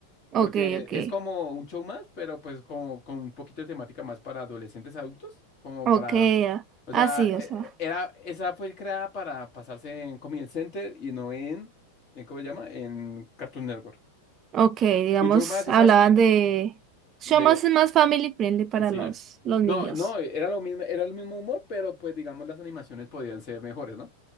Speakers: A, on the right; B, on the left.
A: Ok,
B: Porque
A: ok,
B: es como un show más, pero pues como con un poquito de temática más para adolescentes adultos, como
A: ok,
B: para
A: ah,
B: O
A: así,
B: sea, e-
A: o sea,
B: era, esa fue creada para pasarse en Comedy Center y no en, en ¿cómo se llama? En Cartoon Network.
A: ok, digamos,
B: Tu show más es
A: hablaban
B: así
A: de... Show
B: de,
A: mouse es más family friendly para
B: sí.
A: los, los
B: No,
A: niños.
B: no, era lo mismo, era el mismo humor, pero pues digamos las animaciones podían ser mejores, ¿no?